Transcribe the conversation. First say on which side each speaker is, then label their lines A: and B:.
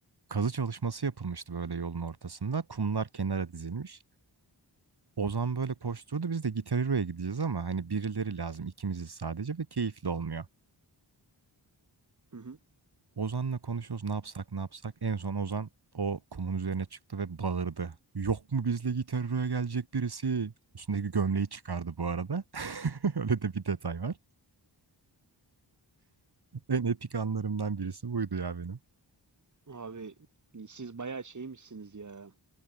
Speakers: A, on the right; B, on the right.
A: kazı çalışması yapılmıştı böyle yolun ortasında. Kumlar kenara dizilmiş. Ozan böyle koşturdu. Biz de Gitar Hero'ya gideceğiz ama hani birileri lazım ikimiziz sadece ve keyifli olmuyor.
B: Hı hı.
A: Ozan'la konuşuyoruz ne yapsak ne yapsak. En son Ozan o kumun üzerine çıktı ve bağırdı. Yok mu bizle Gitaro'ya gelecek birisi? Üstündeki gömleği çıkardı bu arada. <laughs> Öyle de bir detay var. En epik anlarımdan birisi buydu ya benim.
B: Abi siz bayağı şeymişsiniz ya.